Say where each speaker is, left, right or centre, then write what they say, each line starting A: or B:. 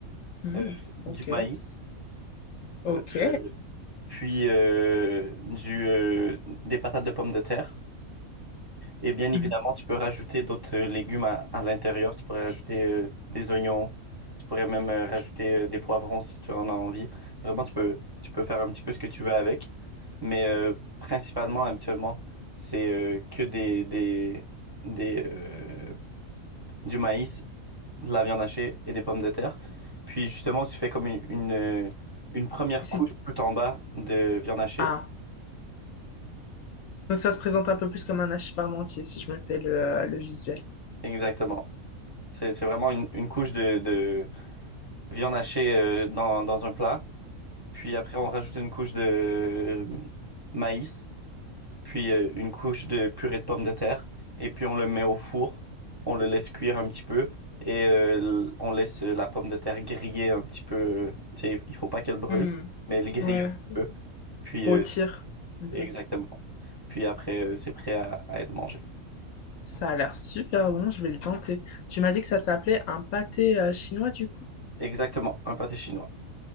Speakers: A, on the left (about 70°); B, on the right (about 25°).
A: Hmm,
B: euh, du
A: ok,
B: maïs,
A: ok.
B: euh, puis euh, du, euh, des patates de pommes de terre. Et bien évidemment,
A: Mhm.
B: tu peux rajouter d'autres euh, légumes à, à l'intérieur. Tu pourrais rajouter euh, des oignons. Tu pourrais même euh, rajouter euh, des poivrons si tu en as envie. Vraiment, tu peux, tu peux faire un petit peu ce que tu veux avec. Mais euh, principalement, habituellement, c'est euh, que des, des, des, euh, du maïs, de la viande hachée et des pommes de terre. Puis justement, tu fais comme une, une, euh, une première
A: Et c'est-
B: couche tout en bas de viande hachée.
A: Ah. Donc ça se présente un peu plus comme un hachis parmentier si je me fais le, euh, le visuel.
B: Exactement. C'est, c'est vraiment une, une couche de, viande hachée euh, dans, dans un plat. Puis après, on rajoute une couche de euh, maïs, puis euh, une couche de purée de pommes de terre. Et puis on le met au four. On le laisse cuire un petit peu. Et euh, l- on laisse la pomme de terre griller un petit peu. euh, Tu sais, il faut pas qu'elle brûle,
A: Hmm,
B: mais elle grille
A: ouais.
B: un petit peu. Puis
A: Rôtir
B: euh,
A: un peu.
B: exactement. Puis après, euh, c'est prêt à, à être mangé.
A: Ça a l'air super bon, je vais le tenter. Tu m'as dit que ça s'appelait un pâté euh, chinois du coup.
B: Exactement, un pâté chinois.